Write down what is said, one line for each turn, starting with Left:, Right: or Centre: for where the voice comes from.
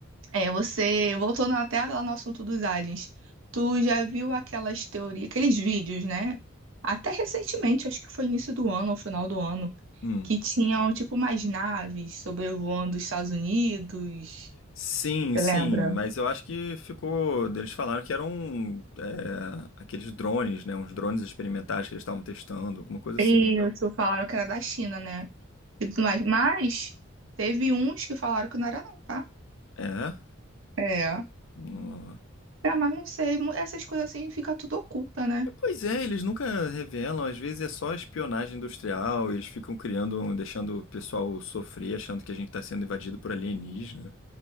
Right: é, você voltando até lá no assunto dos aliens. Tu já viu aquelas teorias, aqueles vídeos, né? Até recentemente, acho que foi início do ano ou final do ano,
Left: Hum.
Right: que tinham tipo umas naves sobrevoando os Estados Unidos.
Left: Sim,
Right: Você
Left: sim,
Right: lembra?
Left: mas eu acho que ficou. Eles falaram que eram é, aqueles drones, né? Uns drones experimentais que eles estavam testando, alguma coisa assim.
Right: Isso,
Left: Então,
Right: falaram que era da China, né? E tudo mais. Mas teve uns que falaram que não era, não, tá?
Left: é.
Right: É.
Left: No-
Right: É, mas não sei, mu- essas coisas assim fica tudo oculta, né?
Left: Pois é, eles nunca revelam, às vezes é só espionagem industrial, eles ficam criando, um- deixando o pessoal sofrer, achando que a gente tá sendo invadido por alienígena.